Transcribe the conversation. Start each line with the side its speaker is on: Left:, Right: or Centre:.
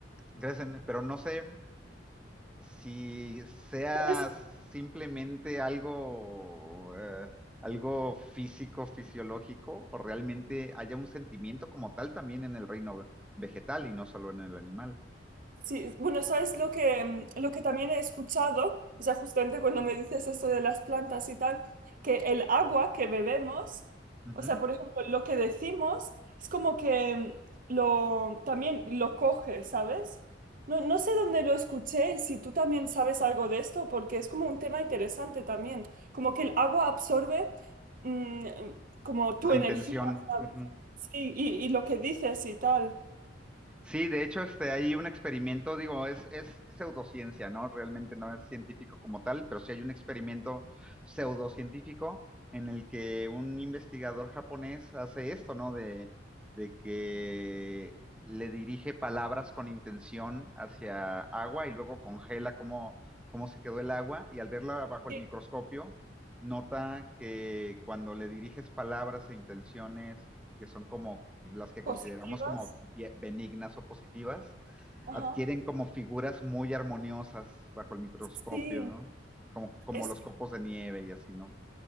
Centre: crecen, pero no sé si sea
Right: ¿Sabes?
Centre: simplemente algo, eh, algo físico, fisiológico, o realmente haya un sentimiento como tal también en el reino vegetal y no solo en el animal.
Right: Sí, bueno, ¿sabes lo que, mm, lo que también he escuchado? O sea, justamente cuando me dices esto de las plantas y tal, que el agua que bebemos,
Centre: Ujú.
Right: o sea, por ejemplo, lo que decimos es como que mm, lo, también lo coge, ¿sabes? No, no sé dónde lo escuché y si tú también sabes algo de esto, porque es como un tema interesante también, como que el agua absorbe mm, como tu
Centre: La
Right: energía,
Centre: intención.
Right: ¿sabes?
Centre: ujú.
Right: Sí, y, y lo que dices y tal.
Centre: Sí, de hecho, este, hay un experimento, digo, es, es pseudociencia, ¿no? Realmente no es científico como tal, pero sí hay un experimento pseudocientífico en el que un investigador japonés hace esto, ¿no? De, de que le dirige palabras con intención hacia agua y luego congela cómo, cómo se quedó el agua y al verla bajo
Right: Sí,
Centre: el microscopio, nota que cuando le diriges palabras e intenciones que son como las que
Right: positivas.
Centre: consideramos como benignas o positivas,
Right: Ajá.
Centre: adquieren como figuras muy armoniosas bajo el microscopio,
Right: Sí,
Centre: ¿no? Como, como
Right: es,
Centre: los copos de nieve y así, ¿no?